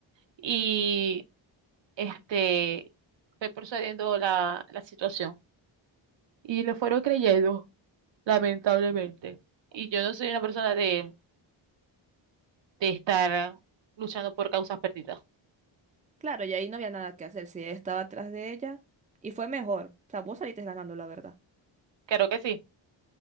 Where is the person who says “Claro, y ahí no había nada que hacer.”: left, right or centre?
Right